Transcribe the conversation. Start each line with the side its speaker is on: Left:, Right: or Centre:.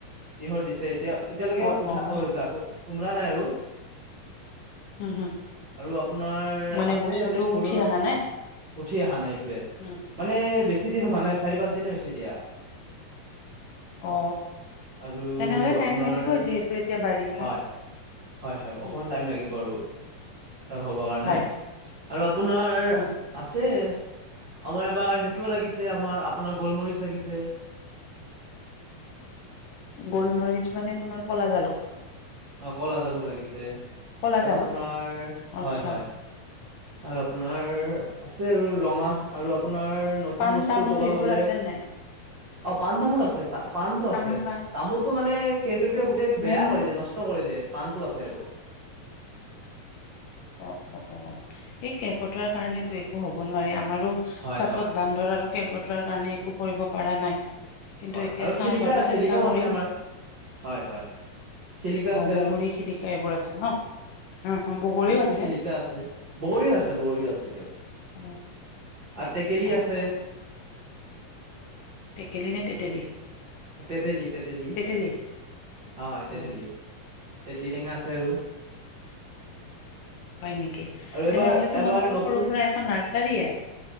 Right: তিহৰ দিছে। এতিয়া এতিয়ালৈকে
Left: অ
Right: উঠা
Left: অ হয়
Right: এই-যা উমৰা নাই আৰু?
Left: হম হম
Right: আৰু আপোনাৰ
Left: মানে
Right: আছে
Left: বস্তুটো
Right: ইয়াতে ফুলৰ,
Left: উঠি অহা নাই
Right: উঠি অহা নাই এটোয়ে।
Left: উম
Right: মানে বেছি <unintelligible>
Left: হম
Right: হোৱা
Left: হম
Right: নাই, চাৰি
Left: হম
Right: পাঁচ দিন হে হৈছে। তিয়া।
Left: অ।
Right: আৰু
Left: তেনেহলে
Right: আপোনাৰ,
Left: টাইম লাগিবই যিহেতু এতিয়া বাৰিষা
Right: হয়, হয় হয়,
Left: উম
Right: অকমান টাইম লাগিব আৰু। তাক হ'বৰ কাৰণে
Left: হয়
Right: আৰু আপোনাৰ
Left: উম
Right: আছে আমাৰ এবাৰ সেইটোও লাগিছে আমাৰ আপোনাৰ, গোলমৰিচ লাগিছে।
Left: গোলমৰিচ মানে তোমাৰ ক'লা জালুক।
Right: অ', কলা জালুক লাগিছে।
Left: কলা
Right: আৰু
Left: জালুক
Right: আপোনাৰ,
Left: আচ্ছা
Right: হয় হয়। <unintelligible> আপোনাৰ আছে আৰু ৰঙা আৰু আপ আপোনাৰ নতুন
Left: পাণ
Right: বস্তু
Left: তামোল
Right: ক'ব
Left: সেইবোৰ
Right: গলে,
Left: আছে নাই
Right: অ', পাণ তামোল আছে। পাণটো
Left: তামোল
Right: আছে।
Left: পাণ
Right: তামোলতটো মানে কেৰকেটোৱে গোটেই বেয়া
Left: মেইন
Right: কৰি দিয়ে, নষ্ট কৰি দিয়ে। পাণটো আছে আৰু।
Left: অ-অ- অ এই কেৰ্কেটুৱাটো কাৰনে একো হব নোৱাৰি আমাৰ আৰু
Right: হয়
Left: চাদত
Right: হয়
Left: বান্দৰ আৰু কেৰ্কেটুৱাটো তাৰ কাৰণে একো কৰিব পৰা নাই কিন্তু
Right: হয়
Left: এতিয়া
Right: আৰু
Left: চাও
Right: শিলিখা
Left: বাৰু চেষ্টা
Right: শিলিখাও
Left: কৰিম।
Right: আছে আমাৰ হয় হয় শিলিখা আছে
Left: অ'
Right: আৰু
Left: বগৰী শিলিখা এইবোৰ আছে ন? বগৰীও আ
Right: কি শিলিখা আছে বগৰীও আছে বগৰীও আছে দিয়ক
Left: অ
Right: আৰু টেকেলি
Left: অ
Right: আছে
Left: অ টেকেলি নে তেতেলী?
Right: তেতেলি, তেতেলি।
Left: তেতেলী
Right: হয়। তেতেলি,
Left: অ
Right: তে <unintelligible> টেঙা আছে আৰু
Left: হয় নেকি?
Right: আৰু
Left: তেনেহ'লে
Right: এবাৰ
Left: তোমালোকৰ
Right: এবাৰ নতুন
Left: সৰু-সুৰা এখন নাৰ্চ <unintelligible>